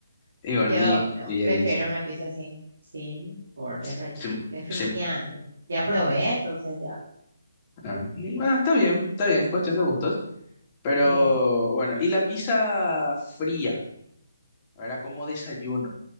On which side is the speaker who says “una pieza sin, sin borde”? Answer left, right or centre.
Right